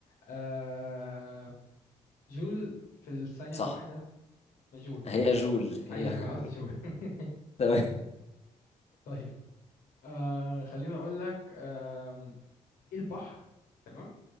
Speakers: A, on the left; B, on the left.
A: آه... جول في الثانية
B: صح
A: الواحدة جول
B: هي
A: جول
B: جول هي
A: ايوه انا
B: <laughs>
A: كان قصدي جول <laughs>
B: تمام
A: طيب آه خليني اقول لك آه البحر تمام